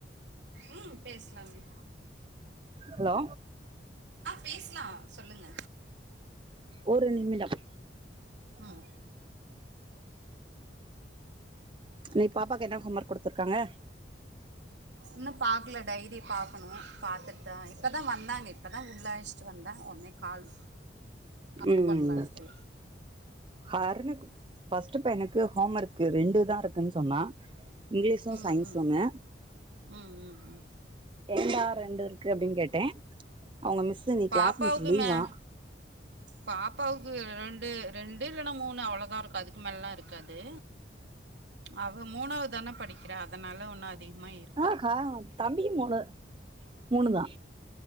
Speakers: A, on the right; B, on the right.
A: ம் பேஷ்லாமே
B: ஹலோ
A: பேசலாம் சொல்லுங்க
B: ஒரு நிமிடம்
A: ம்
B: இன்னைக்கு பாப்பாக்கு என்ன ஹோம் ஒர்க் குடுத்துருக்காங்க
A: இன்னு பாக்கல டைரி பாக்கணு பாத்துட்டு தா இப்பதா வந்தாங்க இப்பதா உள்ள அழச் சி வந்தா உடனே கால் கால்
B: உம்
A: பண்ணலான்ட்டு
B: அர்னக்கு ஃபர்ஸ்ட்டு பையனுக்கு ஹோம் ஒர்க்கு ரெண்டு தா இருக்குன்னு சொன்னா இங்கிலீஷு
A: ம்
B: சயின்ஸு
A: ம்
B: ஒன்னு
A: ம் ம் ம்
B: ஏன்டா ரெண்டு இருக்கு அப்டின்னு கேட்டே அவங்க மிஸ்ஷூ
A: பாப்பாவுக்கு
B: கிளாஸ் மிஸ்சு லீவா
A: மே பாப்பாவுக்கு ரெண்டு ரெண்டு இல்லன்னா மூணு அவ்ளோதா இருக்கு அதுக்கு மேலலா இருக்காது அவ மூனாவதான படிக்கிறா அதனால ஒன்னா அதிகமா இற்
B: ஆஹா தம்பி மூனு மூனுதா